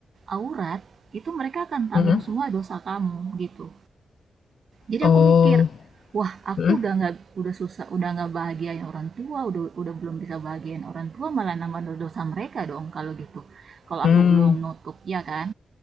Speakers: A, on the right; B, on the left.
A: aurat, itu mereka akan tanggung
B: mhm.
A: semua dosa kamu," gitu. Jadi
B: Oh,
A: aku mikir, wah aku
B: mhm,
A: udah nggak udah susah udah nggak bahagiain orang tua udah udah belum bisa bahagiain orang tua malah nambah dosa mereka dong kalau gitu kalau
B: mmm,
A: aku belum nutup ya kan